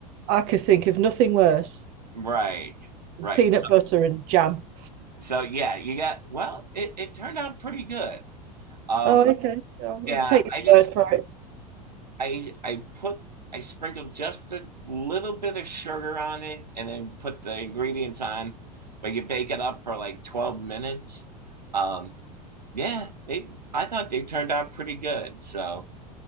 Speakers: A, on the right; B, on the right.
A: I could think of nothing worse
B: right,
A: than
B: right.
A: peanut butter and jam.
B: So yeah, you got well, it, it turned out pretty good. Um
A: Oh, okay. I'll,
B: yeah,
A: I'll take your
B: I just
A: word for it.
B: I I put I sprinkled just a little bit of sugar on it and then put the ingredients on, but you bake it up for like 12 minutes. Um, yeah, they I thought they turned out pretty good. So